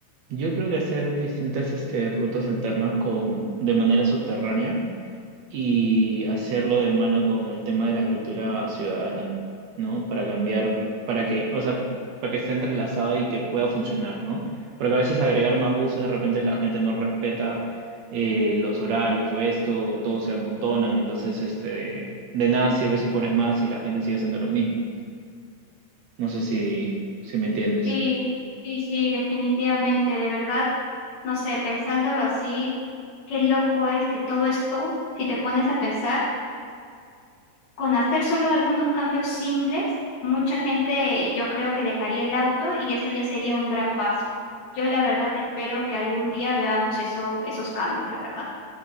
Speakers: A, on the right; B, on the left.
A: Yo creo que hacer distintas este, rutas alternas con, de manera subterránea y hacerlo de mano con el tema de la cultura ciudadana, ¿no? Para cambiar, para que, o sea, para que esté entrelazado y que pueda funcionar, ¿no? Porque a veces agregar más buses, de repente la gente no respeta eh, los horarios o esto, todos se amontonan, entonces este, de nada sirve si pones más y la gente sigue haciendo lo mismo. No sé si, si me entiendes.
B: Sí, sí, sí, definitivamente, de verdad. No sé, pensándolo así, qué loco es que todo esto, si te pones a pensar, Con hacer solo algunos cambios simples, mucha gente yo creo que dejaría el auto y eso ya sería un gran paso. Yo la verdad espero que algún día veamos eso, esos cambios, la verdad.